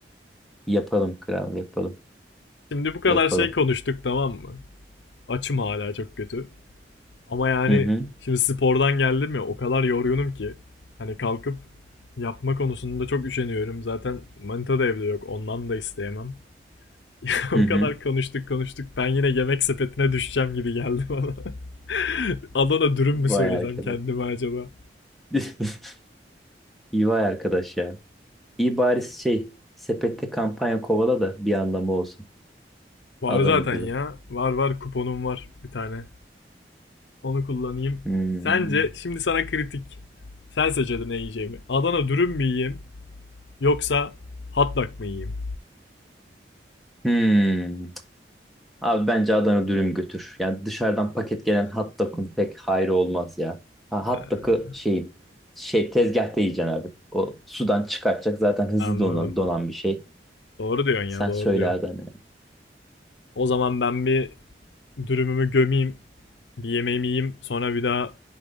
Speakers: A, in the centre; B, on the left (about 85°).
A: Yapalım kral yapalım.
B: Şimdi bu kadar
A: Yapalım.
B: şey konuştuk tamam mı? Açım hala çok kötü. Ama yani
A: Hı hı
B: şimdi spordan geldim ya o kadar yorgunum ki. Hani kalkıp yapma konusunda çok üşeniyorum. Zaten manita da evde yok. Ondan da isteyemem. <laughs> o
A: hı hı.
B: kadar konuştuk konuştuk. Ben yine yemek sepetine düşeceğim gibi geldi bana. <laughs> Adana dürüm
A: Vay
B: mü söylesem
A: arkadaş.
B: kendime acaba?
A: <laughs> İyi vay arkadaş ya. İyi bari şey sepette kampanya kovala da bir anlamı olsun.
B: Var
A: Adana
B: zaten
A: dürüm.
B: ya. Var var kuponum var bir tane. Onu kullanayım.
A: Hmm.
B: Sence şimdi sana kritik. Sen seç ne yiyeceğimi. Adana dürüm mü yiyeyim yoksa hot dog mı yiyeyim?
A: Hmm. Abi bence Adana dürüm götür. Yani dışarıdan paket gelen hot dog'un pek hayrı olmaz ya. Ha, hot
B: Ee,
A: dog'u şey, şey tezgahta yiyeceksin abi. O sudan çıkartacak zaten hızlı
B: Anladım.
A: donan, donan bir şey.
B: Doğru diyorsun
A: Sen
B: ya, doğru
A: söyle
B: diyorsun.
A: Adem.
B: O zaman ben bir dürümümü gömeyim, bir yemeğimi yiyeyim, sonra bir daha